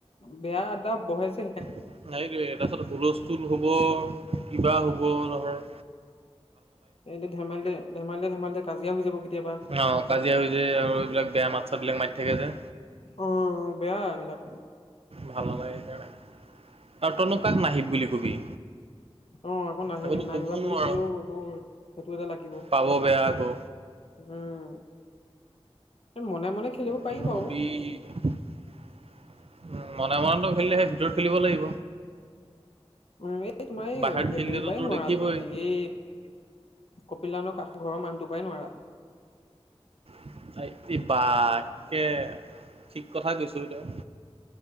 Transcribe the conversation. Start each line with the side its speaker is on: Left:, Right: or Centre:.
Left: বেয়া আড্ডা বহাইছে
Right: <unintelligible> তাৰপাছত হুলস্থুল হ'ব, কিবা হ'ব নহয়।
Left: এইটো ধেমালিে, ধেমালিে ধেমালিে কাজিয়া হৈ যাব কেতিয়াবা
Right: অ, কাজিয়া হৈ যে আৰু এইবিলাক বেয়া মাত-চাত বিলাক মাৰি থাকে যে।
Left: অ বেয়া এইবিলাক।
Right: ভাল নালাগে সেইকাৰণে, ত তনু কাক নাহিব বুলি কবি।
Left: অ আকৌ নাহিলে
Right: আকৌতো
Left: নাহিবা
Right: ক'বও
Left: বুলি
Right: নোৱাৰ
Left: কলেও আকৌ, সেইটো এটা লাগিব।
Right: পাব বেয়া আকৌ।
Left: উম, মনে মনে খেলিব পাৰি
Right: কি
Left: বাৰু
Right: কবি। <unintelligible> খেলিলেহে ভিতৰত খেলিব লাগিব।
Left: উম এই তোমাৰ এই
Right: বাহিৰত
Left: হেৰি
Right: খেলিলেতো
Left: পাই
Right: তোৰ
Left: নোৱাৰা
Right: দেখিবই
Left: তুমি এই পল্যানক কাষৰ ঘৰৰ মানুহটোৰ পৰাই নোৱাৰা।
Right: <unintelligible> বা-কে ঠিক কথা কৈছো তই।